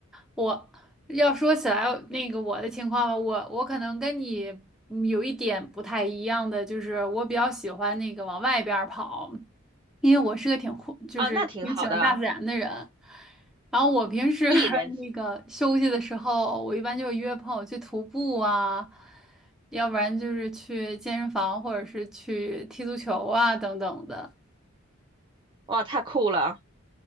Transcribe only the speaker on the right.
啊，那挺好的。
艺人，
哇，太酷了。